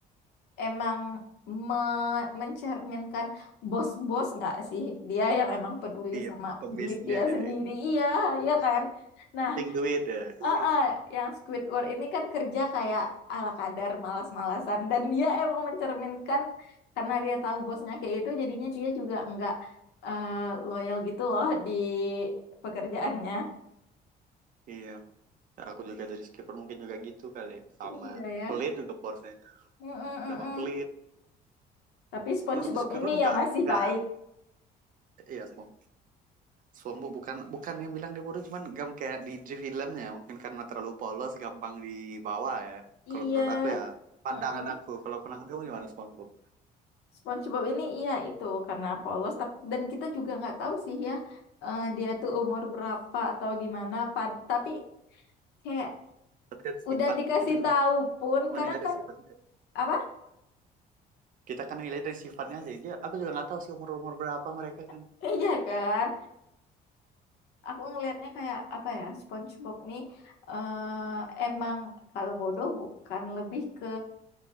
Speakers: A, on the left; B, on the right.
A: emang me- mencerminkan bos-bos nggak sih? Dia yang emang peduli
B: iya
A: sama
B: pembisnis
A: duit dia sendiri.
B: ini
A: Iya, iya kan? Nah,
B: ting duit ya duit
A: Ah, ah, yang Squidward ini kan kerja kayak ala kadar malas-malasan dan dia emang mencerminkan karena dia tahu bosnya kayak itu jadinya dia juga nggak eh, loyal gitu loh di pekerjaannya.
B: iya Nah, Aku juga jadi skipper mungkin juga gitu kali. ya. Sama
A: Iya ya.
B: pelit juga porsinya.
A: Mm-mm-mm.
B: Udah apa pelit.
A: Tapi SpongeBob
B: Menurutku skipper
A: ini
B: nggak
A: yang masih
B: nggak
A: baik.
B: iya semua. Suambu bukan bukan yang bilang dia bodoh cuman gam kayak di, di filmnya mungkin karena terlalu polos gampang dibawa ya.
A: Iya.
B: Kalau menurut aku ya pandangan
A: Mm-mm.
B: aku. Kalau pandangan kamu gimana SpongeBob?
A: SpongeBob ini iya itu karena polos tap- dan kita juga nggak tahu sih ya eh, dia tuh umur berapa atau gimana. Pad- tapi kayak
B: Tapi dari sifat
A: udah dikasih
B: kita cuma
A: tahu pun kadang
B: nilai dari
A: kan
B: sifatnya.
A: apa
B: Kita kan nilai dari sifatnya sih. Dia, aku juga nggak tahu sih umur umur berapa mereka
A: <laughs>
B: kan.
A: iya kan aku ngelihatnya kayak apa ya SpongeBob nih eh, emang kalau bodoh bukan lebih ke